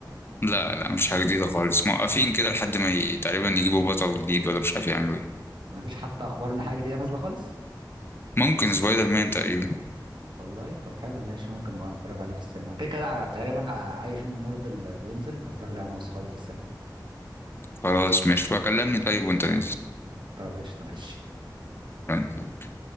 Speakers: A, on the left (about 30°); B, on the right (about 80°).
A: لا لا مش حاجه جديده خالص موقفين كده لحد ما ي- تقريبا يجيبوا بطل جديد ولا مش عارف يعملوا ايه
B: مفيش حتى أخبار إن حاجة جديدة نازلة خالص
A: ممكن سبايدر مان تقريبا
B: والله طب حلو ماشي ممكن أبقى أتفرج عليه في السينما كده كده آه، تقريبا آه، أي فيلم مارفل آه، بينزل بتفرج عليه أنا وأصحابي في السينما
A: خلاص ماشي بقى كلمني طيب وانت نازل
B: طب قشطة ماشي
A: تمام.